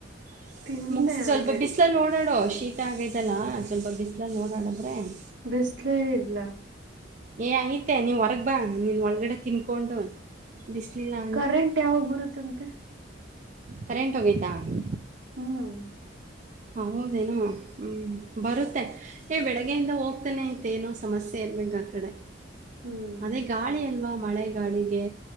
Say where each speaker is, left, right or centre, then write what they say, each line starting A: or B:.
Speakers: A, on the right; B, on the right.
A: <inaudible>
B: ತಿಂದೆ
A: ಮುಗಿಸಿ ಸ್ವಲ್ಪ
B: ಆಲ್ರೆಡಿ
A: ಬಿಸಲಲ್ ನೋಡಾಡೋ ಶೀತ ಆಗದಲ್ಲ ಸ್ವಲ್ಪ ಬಿಸಲಲ್ ನೋಡಾಡದ್ರೆ <inaudible>
B: ಬಿಸ್ಲೇ ಇಲ್ಲ <inaudible>
A: ಏ ಐತೆ ನೀವ್ ಹೊರಗ್ ಬಾ ನೀನ್ ಒಳಗಡೆ ತಿನ್ಕೊಂಡು <inaudible> ಬಿಸಿಲಿಲ್ಲ ಅಂದರೆ
B: ಕರೆಂಟ್ ಯಾವಾಗ ಬರುತ್ತಂತ <inaudible>
A: ಕರೆಂಟ್ ಹೋಗಿದ್ದಾ <inaudible>
B: ಹ್ಮ್
A: ಹ ಹೌದೇನೋ ಹ್ಮ್ ಬರುತ್ತೆ <inaudible> ಏ ಬೆಳಗ್ಗೆಯಿಂದ ಹೋಗ್ತಾನೆ ಐತೆ ಏನೋ ಸಮಸ್ಯೆ ಇರ್ಬೇಕ ಆ ಕಡೆ
B: ಹ್ಮ್
A: ಅದೇ ಗಾಳಿ ಅಲ್ವಾ <inaudible> ಮಳೆಗಾಳಿಗೆ